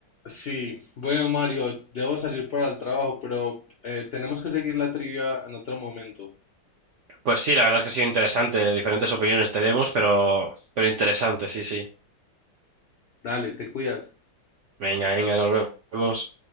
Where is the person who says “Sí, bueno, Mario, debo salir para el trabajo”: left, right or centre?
Left